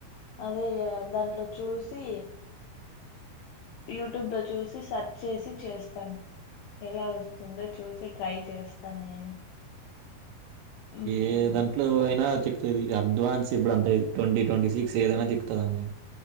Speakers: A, on the left; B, on the right.
A: అదే ఇగా దాంట్లో చూస్ సి యూట్యూబ్లా జూస్ చూ సర్చ్ చేసి చేస్తాను ఎలా వస్తుందో చూసి ట్రై చేస్తాను నేను మ్మ్.
B: ఏ దాంట్లో అయినా చెక్ తది అడ్వాన్స్ ఇప్పుడంతా ఇది ట్వంటీ ట్వంటీ సిక్స్ ఏదైనా దికుతదా ఆమ్